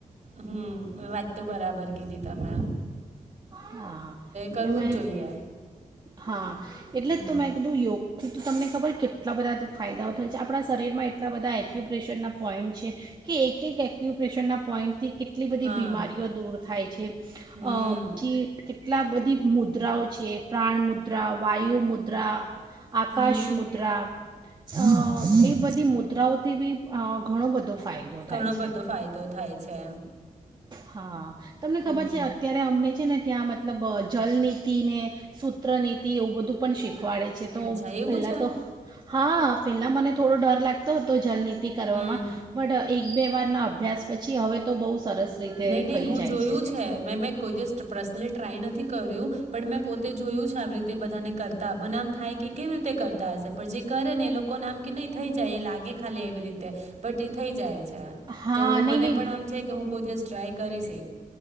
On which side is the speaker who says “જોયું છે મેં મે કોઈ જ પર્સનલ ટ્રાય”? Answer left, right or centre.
Right